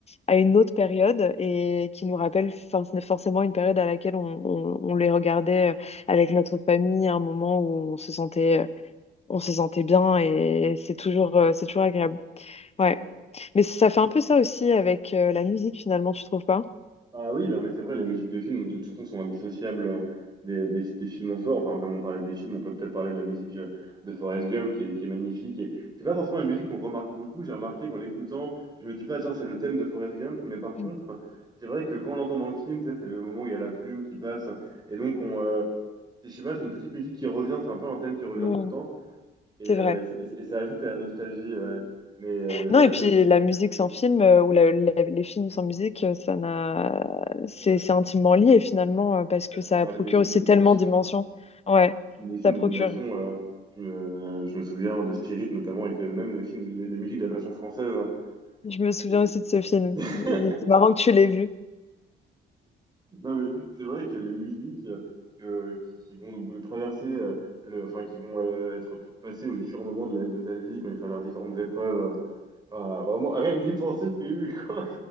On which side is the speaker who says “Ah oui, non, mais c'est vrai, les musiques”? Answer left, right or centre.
Right